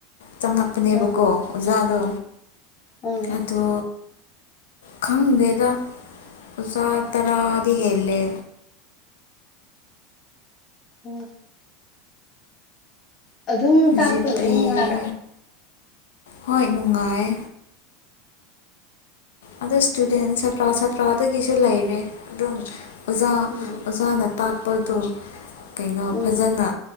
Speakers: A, on the left; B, on the left.
A: ꯆꯪꯉꯛꯄꯅꯦꯕꯀꯣ
B: ꯑꯥ
A: ꯑꯣꯖꯥꯗꯣ
B: ꯑꯥ
A: ꯑꯗꯣ ꯈꯪꯗꯦꯗ ꯑꯣꯖꯥ ꯇꯔꯥꯗꯤ ꯍꯦꯜꯂꯦ
B: ꯍꯨꯝ ꯑꯗꯨꯝ ꯇꯥꯛꯄ
A: ꯖꯤ
B: ꯂꯣꯏ
A: ꯄꯤꯒꯤ
B: ꯅꯨꯡꯉꯥꯏꯕ꯭ꯔ
A: ꯍꯣꯏ ꯅꯨꯡꯉꯥꯏ ꯑꯗꯨ ꯏꯁꯇꯨꯗꯦꯟ ꯁꯥꯇ꯭ꯔ ꯁꯥꯇ꯭ꯔꯗꯒꯤꯁꯨ ꯂꯩꯔꯦ ꯑꯗꯨꯝ ꯑꯣꯖꯥ
B: ꯎꯝ
A: ꯑꯣꯖꯥꯅ ꯇꯥꯛꯄꯗꯣ ꯀꯩꯅꯣ
B: ꯎꯝ
A: ꯐꯖꯅ